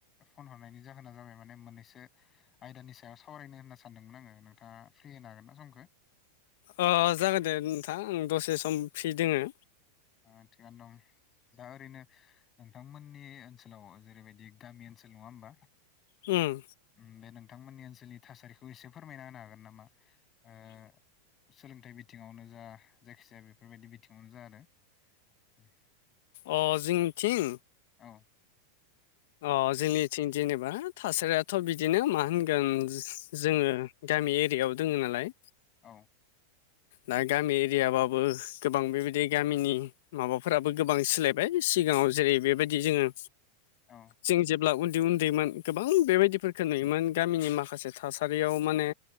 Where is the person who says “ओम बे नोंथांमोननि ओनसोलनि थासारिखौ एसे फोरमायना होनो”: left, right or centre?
Left